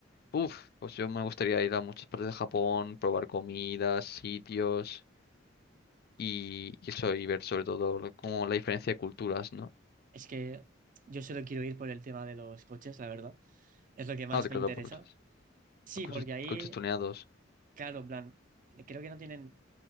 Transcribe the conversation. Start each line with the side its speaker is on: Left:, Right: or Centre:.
Left: Uf, pues yo me gustaría ir a muchas partes de Japón, probar comidas, sitios y, y eso, y ver sobre todo lo- como la diferencia de culturas, ¿no?
Right: Es que yo solo quiero ir por el tema de los coches, la verdad. Es lo que más
Left: Ah, te
Right: me
Left: claro,
Right: interesa.
Left: por coches.
Right: Sí,
Left: Coches,
Right: porque ahí,
Left: coches tuneados.
Right: claro, en plan, creo que no tienen